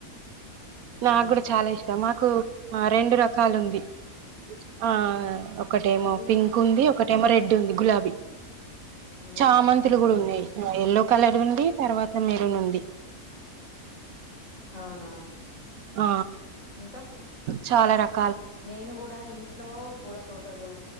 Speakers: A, on the right; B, on the left.
A: నాకు
B: అవును
A: కూడా చాలా ఇష్టం మా రెండు రకాలు ఉంది ఆ ఒకటేమో
B: ఏంటిది
A: పింక్ ఉంది ఒక ో రెడ్ ఉంది గులాబీ
B: ఉమ్
A: చామతులు
B: ఉమ్
A: కూడా ఉన్నాయి ఎల్లో కలర్ డి తర్వాత మీరు నుంది
B: అవునా
A: ఆ
B: ఇంకా
A: చాలా రక
B: నేను కూడా ఇంట్లో పూల తోటలు